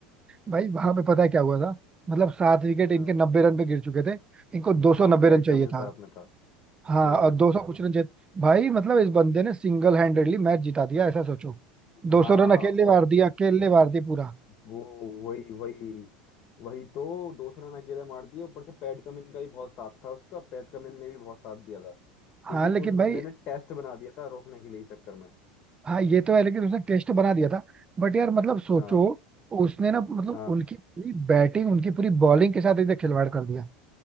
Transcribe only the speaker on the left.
हाँ
हाँ
पैट
कमिंस
साथ में था
हाँ
हाँ
और
कि-
वो वही वही वही तो दो रन अकेले मार दिए ऊपर से पैट कमिंस का भी बहुत साथ था उसका पैट कमिंस ने भी बहुत साथ दिया था क्योंकि
उस बंदे
ने टेस्ट बना दिया था रोकने के लिए इस चक्कर में
हाँ
हाँ